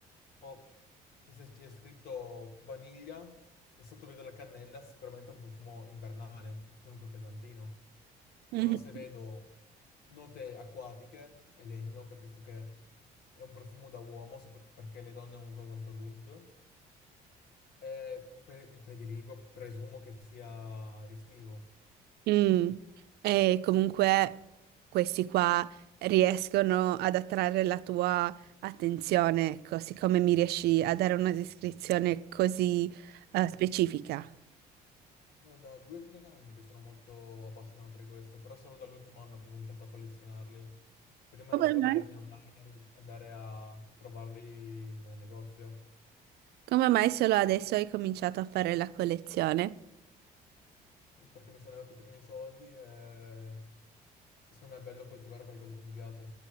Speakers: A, on the left (about 65°); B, on the right (about 70°).
A: Oh, cioè, se c'è scritto vaniglia e sotto vedo la cannella, sicuramente è un profumo invernale, un pochino più pesantino.
B: Mhm.
A: Però se vedo note acquatiche e legno, capisco che è un profumo da uomo, sopra- perché le donne non usano tanto l'oud, e pre- prediligo, presumo che sia estivo.
B: Mm. E comunque questi qua riescono ad attrarre la tua attenzione, ecco, siccome mi riesci a dare una descrizione così,
A: Sì.
B: eh, specifica.
A: No, da due o tre anni che sono molto appassionato di questo, però solo dall'ultimo anno che ho cominciato a collezionarli. Prima
B: Come
A: era solo
B: mai?
A: vederli online e andare a provarli in negozio,
B: Come mai solo adesso hai cominciato a fare la collezione?
A: perché mi sono arrivati i primi soldi e secondo me è bello coltivare qualcosa che mi piace.